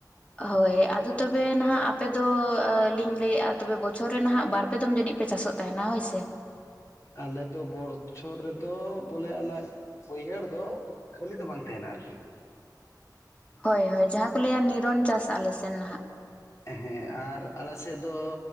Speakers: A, on the left; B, on the left.
A: ᱦᱳᱭ ᱟᱫᱚ ᱛᱚᱵᱮ ᱱᱟᱦᱟᱜ ᱟᱯᱮ ᱫᱚ ᱞᱤᱧ ᱞᱟᱹᱭᱮᱜ-ᱟ ᱛᱚᱵᱮ ᱵᱚᱪᱷᱚᱨ ᱨᱮ ᱱᱟᱦᱟᱜ ᱵᱟᱨᱯᱮ ᱫᱚᱢ ᱡᱟᱹᱱᱤᱡ ᱯᱮ ᱪᱟᱥᱚᱜ ᱛᱟᱦᱮᱱᱟ ᱦᱳᱭ ᱥᱮ
B: ᱟᱞᱮ ᱫᱚ ᱵᱚᱨᱪᱷᱚᱨ ᱨᱮᱫᱚ ᱵᱚᱞᱮ ᱚᱱᱟ ᱵᱟᱹᱭᱦᱟᱹᱲ ᱫᱚ ᱠᱷᱟᱹᱞᱤ ᱫᱚ ᱵᱟᱝ ᱛᱟᱦᱮᱸᱱᱟ ᱟᱨᱠᱤ᱾
A: ᱦᱳᱭ ᱦᱳᱭ, ᱡᱟᱦᱟᱸ ᱠᱚ ᱞᱟᱹᱭᱟ ᱱᱤᱨᱚᱱ ᱪᱟᱥ ᱟᱞᱮᱥᱮᱱ ᱱᱟᱦᱟᱜ᱾
B: ᱦᱮᱸ ᱟᱨ ᱟᱞᱮ ᱥᱮᱫ ᱫᱚ